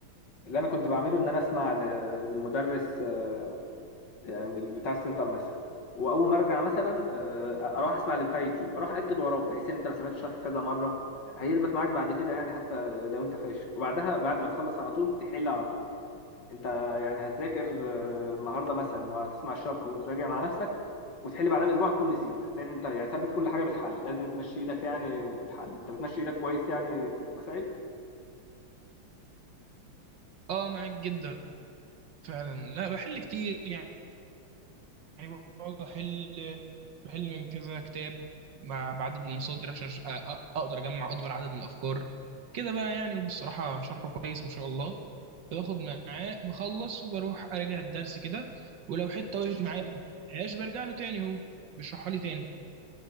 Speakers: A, on the left (about 55°); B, on the right (about 65°).
A: اللي انا كنت بعمله ان انا اسمع ل- للمدرس آه، يعني بتاع السنتر مثلا واول ما ارجع مثلا آه، اروح اسمع اللي بتاع يوتيوب اروح اكد وراه بحيث ان انت لو سمعت الشرح كذا مره هيثبت معاك بعد كده يعني حتى لو انت فاشل وبعدها بعد ما تخلص على طول تحل على طول انت يعني هتذاكر آه، النهارده مثلا وهتسمع الشرح وتراجع مع نفسك وتحل بعدها باسبوع هتكون نسيت هتلاقي ان انت يعني ثبت كل حاجه بالحل لازم تمشي ايدك يعني في الحل انت بتمشي ايدك كويس يعني في المسائل
B: اه معاك جدا فعلا لا بحل كتير يعني بقعد احل بحل من كذا كتاب مع- بعدد المصادر عشان أش- أ- أ- اقدر اجمع اكبر عدد من الافكار كده بقى يعني وبصراحة شرحه كويس ما شاء الله باخد معاه بخلص وبروح اراجع الدرس كده ولو حتة وقفت معايا مش برجع له تاني هو بيشرحها لي تاني